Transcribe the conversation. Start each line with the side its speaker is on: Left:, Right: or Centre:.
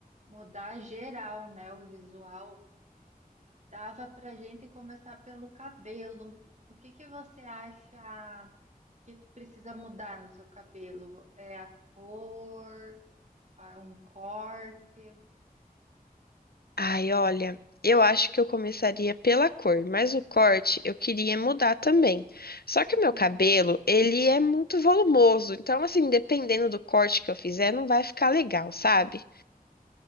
Right: Mudar geral, né? O visual. Dava pra gente começar pelo cabelo. O que que você acha que precisa mudar no seu cabelo? É a cor, Ah, um corte?
Left: Ai, olha, eu acho que eu começaria pela cor, mas o corte eu queria mudar também. Só que
Right: Hum.
Left: o meu cabelo, ele é muito volumoso, então assim, dependendo do corte que eu fizer, não vai ficar legal, sabe?